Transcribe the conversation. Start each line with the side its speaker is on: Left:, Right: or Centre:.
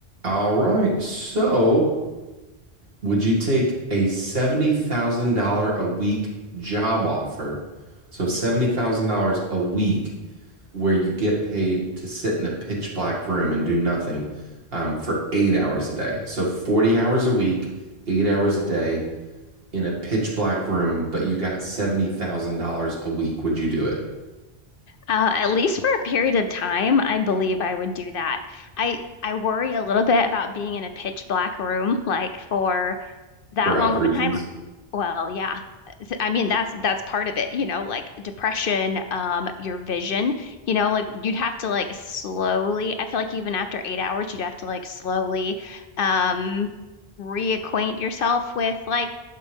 Right: All right. So, would you take a $70,000 a week job offer? So, $70,000 a week where you get paid to sit in a pitch black room and do nothing um, for eight hours a day. So, 40 hours a week, eight hours a day in a pitch black room, but you got $70,000 a week. Would you do it
Left: Uh, at least for a period of time, I believe I would do that. I I worry a little bit about being in a pitch black room like for that
Right: for health
Left: long
Right: reasons?
Left: of a time. Well, yeah, I mean, that's that's part of it, you know, like depression, um, your vision, you know, like you'd have to like slowly, I feel like even after eight hours, you'd have to like slowly, um, reacquaint yourself with like